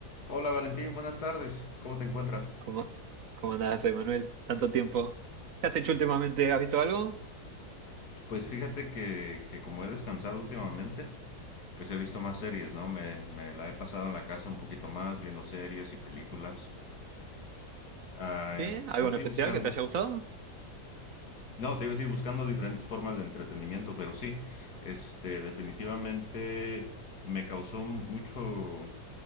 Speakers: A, on the left (about 75°); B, on the right (about 65°).
A: Hola Valentín, buenas tardes. ¿Cómo te encuentras?
B: ¿Cómo, cómo andás, Emanuel? Tanto tiempo. ¿Qué has hecho últimamente? ¿Has visto algo?
A: Pues fíjate que, que como he descansado últimamente, pues he visto más series, ¿no? Me, me la he pasado en la casa un poquito más, viendo series y películas. Ah,
B: ¿Sí? ¿Algo
A: pues
B: en
A: sí,
B: especial
A: buscando.
B: que te haya gustado?
A: No, te iba a decir, buscando diferentes formas de entretenimiento, pero sí, este, definitivamente me causó mucho,